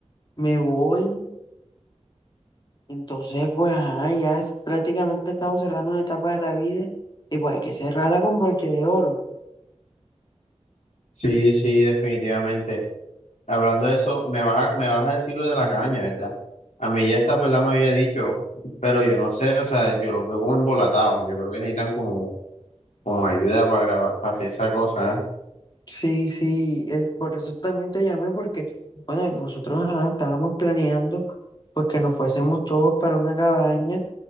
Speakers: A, on the left (about 40°); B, on the left (about 80°).
A: me voy. Entonces, pues, ajá, ya es- prácticamente estamos cerrando una etapa de la vida y pues hay que cerrarla con broche de oro.
B: Sí, sí, definitivamente. Hablando de eso, me vas a, me vas a decir lo de la caña, ¿verdad? A mí ya esta pelada me había dicho, pero yo no sé, o sea, yo los veo como embolatados. Yo creo que necesitan como, como ayuda para grabar, para hacer esa cosa, ¿eh?
A: Sí, sí, es, por eso también te llamé porque, bueno, nosotros ajá, estábamos planeando pues que nos fuésemos todos para una cabaña